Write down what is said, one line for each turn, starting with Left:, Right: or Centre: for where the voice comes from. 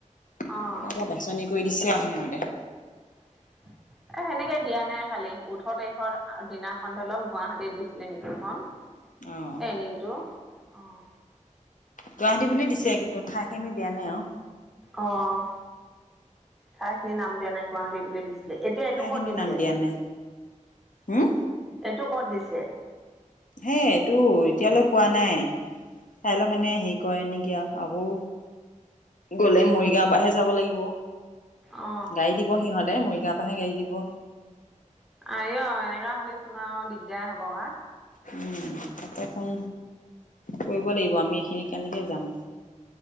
Left: তাৰ
Centre: অ'
Left: পৰা বাছনি কৰি দিছে আৰু সিহঁতে।
Centre: <inaudible> এ সেনেকে দিয়া নাই খালি, ওঠৰ তাৰিখৰ দিনাখন ধৰি লওক গুৱাহাটীত দিছিলে মিটিংখন ট্ৰেইনিংটো,
Left: অঁ
Centre: অ'।
Left: গুৱাহাটী বুলি দিছে কিন্তু ঠাই খিনি দিয়া নাই আৰু।
Centre: অ', ঠাই খিনি নাম দিয়া নাই গুৱাহাটী বুলি দিছে। এতিয়া এইটো
Left: ঠাইখিনি
Centre: ক'ত দিছে,
Left: নাম দিয়া নাই হম,
Centre: এইটো ক'ত দিছে।
Left: সেয়াইটো এতিয়ালৈ কোৱা নাই কাইলৈ মানে হেৰি কৰে নেকি আৰু, আকৌ গ'লে মৰিগাঁওৰ পৰাহে যাব লাগিব,
Centre: অ
Left: গাড়ী দিব সিহঁতে, মৰিগাঁৱৰ পৰাহে গাড়ী দিব।
Centre: আইও এনেকা হ'লেচোন আৰু দিগদাৰে হ'ব কা
Left: উম', তাকে ফোন কৰিব লাগিব, আমি এইখিনি কেনেকে যাম।